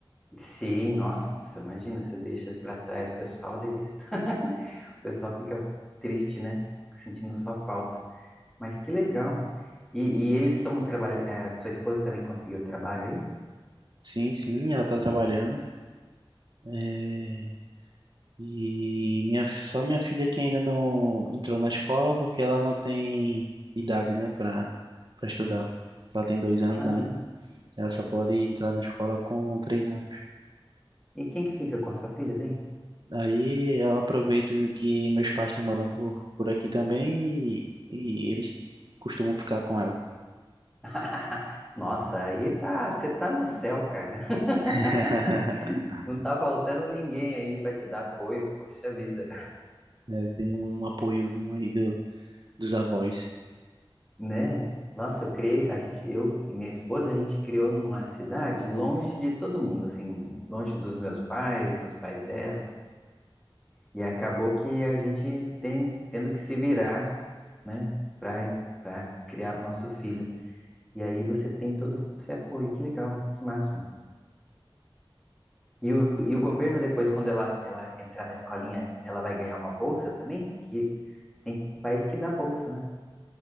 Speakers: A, in the centre; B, on the right.
A: Sim, nossa, imagina, você deixa pra trás o pessoal, daí <laughs> o pessoal fica triste, né? Sentindo sua falta. Mas que legal. E, e eles estão trabalhando. sua esposa também conseguiu trabalho aí?
B: Sim, sim, ela tá trabalhando. É, E minha, só minha filha que ainda não entrou na escola porque ela não tem idade, né, para para estudar. Ela tem dois anos
A: Ah,
B: ainda. Ela só pode entrar na escola com três anos.
A: e quem que fica com a sua filha daí?
B: Aí eu aproveito que meus pais estão morando por, por aqui também e, e eles costumam ficar com ela.
A: <laughs> Nossa, aí tá, você tá no céu, cara. <laughs>
B: <laughs>
A: Não tá faltando ninguém aí pra te dar apoio, poxa vida.
B: É, tem um apoiozinho aí do, dos avós.
A: Né? Nossa, eu criei, a gente, eu e minha esposa, a gente criou numa cidade longe de todo mundo, assim, longe dos meus pais, dos pais dela, e acabou que a gente tem tendo que se virar, né, para para criar nosso filho. E aí você tem todo esse apoio, que legal, que máximo. E o, e o governo depois, quando ela, ela entrar na escolinha, ela vai ganhar uma bolsa também? Que tem país que dá bolsa, né?